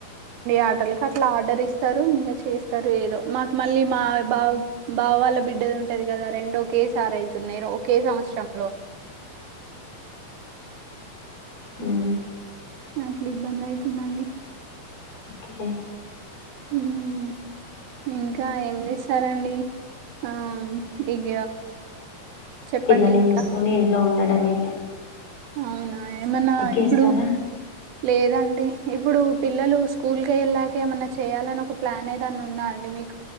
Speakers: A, on the right; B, on the left.
A: ఆర్డర్లు అట్లా ఆర్డర్ ఇస్తారు ఇంగ చేస్తారు ఏదో మాకు మళ్ళీ మా బా బావ వాళ్ళ బిడ్డది ఉంటది కదా రెండోకేసారే అయి తున్నాయ్ ఒకే సంవత్సరంలో
B: ఊమ్
A: అట్లా ఇబ్బంది ఐతుందండి
B: ఓకే
A: ఊమ్ ఇంకా ఏం చేస్తారండి ఆ ఇగ చెప్పండి
B: పిల్లల్ని
A: ఇంకా
B: చూసుకొని ఇంట్లో ఉండటమే
A: అవునా ఏమన్నా
B: చేస్తారా
A: ఇప్పుడు లేదండి ఇప్పుడు పిల్లలు స్కూల్ కెళ్ళాక ఏమన్నా చేయాలని ఒక ప్లాన్ ఏదన్నా ఉందా అండి మీకు